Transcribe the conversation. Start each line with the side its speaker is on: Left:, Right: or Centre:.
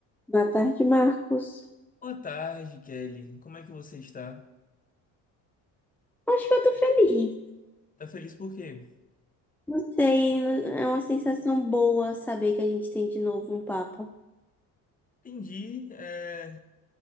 Centre: Boa tarde, Marcos.
Left: Boa tarde, Kelly. Como é que você está?
Centre: Acho que eu tô feliz.
Left: Tá feliz por quê?
Centre: Não sei, é uma sensação boa saber que a gente tem de novo um Papa.
Left: Entendi. é,